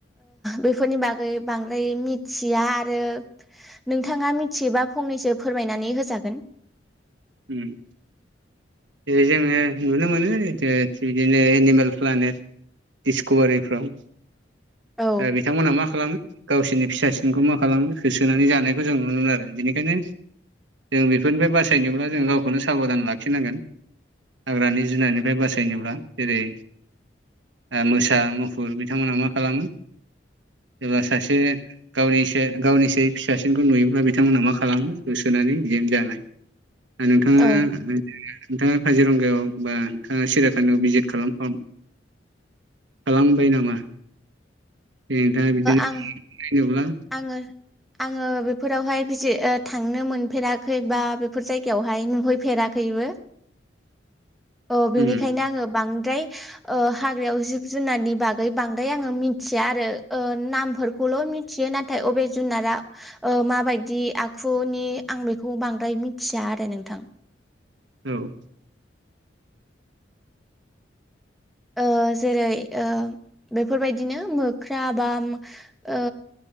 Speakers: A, in the centre; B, on the right.
A: बेफोरनि बागै बांद्राय मिथिया आरो नोंथाङा मिथियोबा फंनैसो फोरमायनानै होजागोन
B: उम जोङो नुनो मोनो बिदिनो एनिमेल प्लाने दिसकभारिफ्राव दा
A: औ
B: बिथांमोनहा मा खालामो गावसोरनि फिसा सिनखौ मा खालामो होसोनानै जानायखौ जों नुनो मोनो आरो बेनिखायनो जों बेफोरनिफ्राय बासायनायनोब्ला जों गावखौनो साबधान लाखिनांगोन हाग्रानि जुनारनिफ्राय बासायनोब्ला जेरै मोसा मुफुर बिथांमोनहा मा खालामो एबा सासे गावनिसो गावनिसो फिसासिनखौ नुयोब्ला बिथांमोनहा मा खालामो होसोनानै जेन जानाय नोंथाङा
A: औ ओ
B: नोंथाङा काजिरंगायाव बा नोंथाङा सिराखानायाव भिजिट खालामखां खालामबाय नामा नोंथाङा बिदिनो
A: आं
B: फैनोब्ला
A: आङो आङो बेफोरावहाय बिज थांनो मोनफेराखै बा बेफोर जायगायावहाय नुहै फेराखैबो
B: <inaudible>
A: औ बेनिखायनो
B: उम
A: आङो बांद्राय ओ हाग्रायाव जिब जुनारनि बागै बांद्राय आङो मिथिया आरो ओ नामफोरखौल मि थियो नाथाय अबे जुनारा ओ माबायदि आखुनि आं बेखौ बांद्राय मिथिया आरो नोंथां
B: औ
A: ओ जेरै ओ बेफोरबायदिनो मोख्रा बा ओ